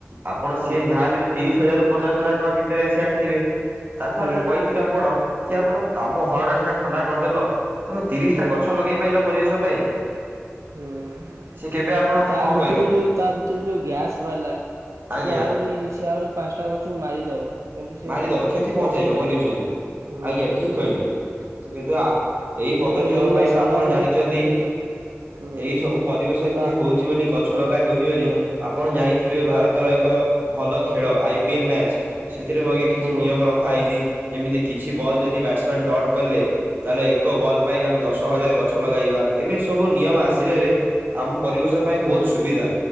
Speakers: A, on the right; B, on the right.
A: ଆପଣ
B: ହୁଁ
A: ସିଏ ଯାହା ହେଲେ ବି ତିରିଶ ହଜାର ରୁ ପଚାଶ ହଜାର ଟଙ୍କା ଭିତରେ ଏସି ଆଣିଥିବେ ତାକୁ
B: ହୁଁ
A: ଆଜ୍ଞା କହି ଖିବେ ଆପଣ ଯେ ଆପଣ ତମ ଘର ଟା ସିନା ଥଣ୍ଡା କରିଦେଲ ତମେ ତିରିଶ
B: ହୁଁ।
A: ଟା ଗଛ ଲଗେଇ ପାଇଲ ପରିବେଶ ପାଇଁ।
B: ହୁଁ।
A: ସିଏ କେବେ ଆପଣ
B: ତ ତା
A: ହଁ
B: ଭିତରୁ
A: କହିବେନି।
B: ଯୋଉ ତା ଭିତରୁ ଯୋଉ ଗ୍ୟାସ୍ ବାହାରିଲା
A: ଆଜ୍ଞା
B: ସିଏ ଆହୁରି ସିଏ ଆହୁରି ପାଞ୍ଚଟା ଗଛକୁ ମାରିଦବ। କିନ୍ତୁ ସେ
A: ମାରିଦବ କ୍ଷତି ପହଞ୍ଚେଇବ
B: ବଞ୍ଚେଇ ପାରିବନି।
A: ପରିବେଶକୁ
B: ହୁଁ
A: ଆଜ୍ଞା ଠିକ
B: ହୁଁ
A: କହିଲି।
B: ହୁଁ
A: କିନ୍ତୁ ଏଇ ପଦକ୍ଷେପ
B: ତ ଏଇନା
A: ପାଇଁ
B: ସମାଜରେ
A: ତ ଆପଣ ଜାଣିଛନ୍ତି।
B: ଏଇନା ହୁଁ
A: ଏଇ ସବୁ ପରିବେଶ ଏମିତି
B: ତ
A: ହଉଛି ବୋଲି ଗଛ ଲଗା ହେଉନି ବୋଲି
B: ହଁ
A: ଆପଣ ଜାଣିଥିବେ
B: ହୁଁ
A: ଭାରତର ଏକ ଭଲ ଖେଳ ଆଇ ପି ଏଲ ମ୍ୟାଚ ସେଥିରେ ମଧ୍ୟ କିଛି
B: ହୁଁ
A: ନିୟମ ରଖା ହେଇଛି ଯେମିତି କିଛି ବଲ୍
B: ହୁଁ
A: ଯଦି ବ୍ୟାଟ୍ସମ୍ୟାନ୍ ଡଟ୍ କଲେ। ତାହେଲେ ଏକ ବଲ୍ ପାଇଁ ଆମେ ଦଶ ହଜାର ଗଛ ଲଗେଇବା ଏମିତି ସବୁ ନିୟମ ଆସିଗଲେ
B: ହୁଁ ହୁଁ
A: ଆମ ପରିବେଶ ପାଇଁ ବହୁତ
B: ହୁଁ।
A: ସୁବିଧା,